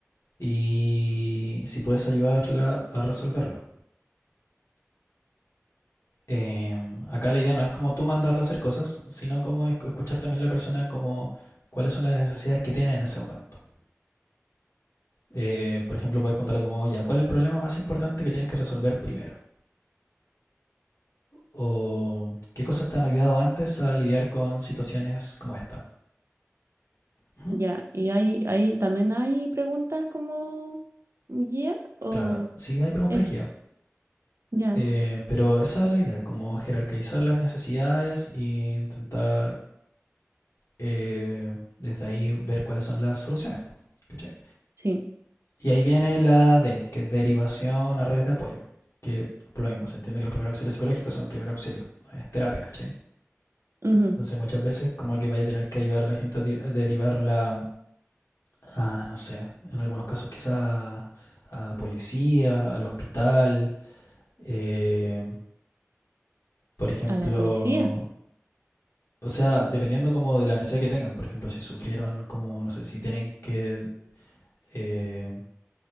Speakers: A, on the left; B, on the right.
A: y si puedes ayudarla a resolverlo. Eh, acá la idea no es como tú mandarla a hacer cosas, sino como escuchar también a la persona como cuáles son las necesidades que tiene en ese momento. Eh, por ejemplo, puedes preguntarle como, ya, ¿cuál es el problema más importante que tienes que resolver primero? o qué cosas te han ayudado antes a lidiar con situaciones como esta. Ujú.
B: Ya, y hay, hay, también hay preguntas como guía o
A: Claro, sí hay preguntas
B: es,
A: de guía,
B: ya,
A: eh, pero esa es la idea, como jerarquizar las necesidades e intentar eh, desde ahí ver cuáles son las soluciones. po, ¿cachai?
B: sí,
A: Y ahí viene la D, que es derivación a redes de apoyo, que por lo mismo, se entiende que los primeros auxilios psicológicos son primer auxilio, no es terapia, ¿cachai?
B: ujú.
A: Entonces muchas veces como que vaya a tener que ayudar a la gente a derivar la a, no sé, en algunos casos quizá a policía, al hospital, eh, por ejemplo,
B: A la policía,
A: o sea, dependiendo como de la necesidad que tengan, por ejemplo, si sufrieron como, no sé, si tienen que, eh,